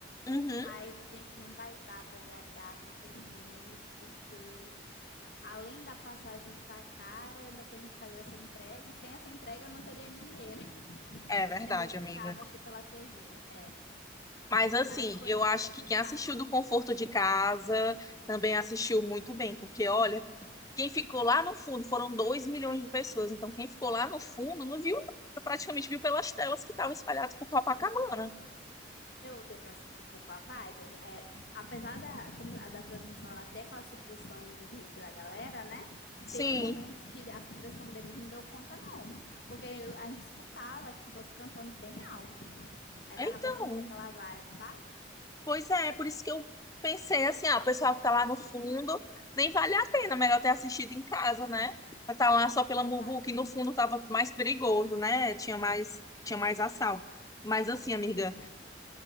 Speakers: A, on the left (about 20°); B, on the left (about 60°).
A: Uhum,
B: Aí, gente, não vai dar para ver a Gaga, infelizmente, porque além da passagem estar cara, eu ainda tenho que fazer essa entrega, e sem essa entrega eu não teria dinheiro. <laughs>
A: é verdade,
B: Assim, eu vou ficar,
A: amiga.
B: vou assistir pela TV, é.
A: Mas assim,
B: Mas foi
A: eu acho
B: complicado.
A: que quem assistiu do conforto de casa também assistiu muito bem, porque olha, quem ficou lá no fundo foram 2 milhões de pessoas. Então, quem ficou lá no fundo não viu nada, praticamente viu pelas telas que estavam espalhadas por Copacabana.
B: Deu, deu para sentir um pouco a vibe. É, apesar da, como a da transmissão, ela ter aquela supressão do ruído da galera, né?
A: Sim.
B: Teve momentos que a supressão deles não deu conta, não. Porque a gente escutava as pessoas cantando bem alto. Aí
A: Então,
B: dava para sentir aquela vibe, sabe?
A: Pois é, por isso que eu pensei assim, ah, o pessoal que tá lá no fundo, nem vale a pena, melhor ter assistido em casa, né? Pra Tá lá só pela
B: É verdade.
A: muvuca e no fundo tava mais perigoso, né? Tinha mais, tinha mais assalto. Mas assim,
B: É.
A: amiga,
B: E,